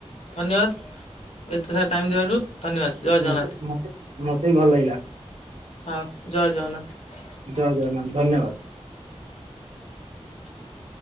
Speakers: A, on the left; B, on the right.
A: ଧନ୍ୟବାଦ। ଏତେ ସାରା ଟାଇମ୍ ଦିବାରୁ ଧନ୍ୟବାଦ ଜୟ
B: ମତେ
A: ଜଗନ୍ନାଥ।
B: ମତେ ମତେ ବି ଭଲ ଲାଗିଲା।
A: ହଁ, ଜୟ ଜଗନ୍ନାଥ।
B: ଜୟ ଜୟନାଥ, ଧନ୍ୟବାଦ। <inaudible>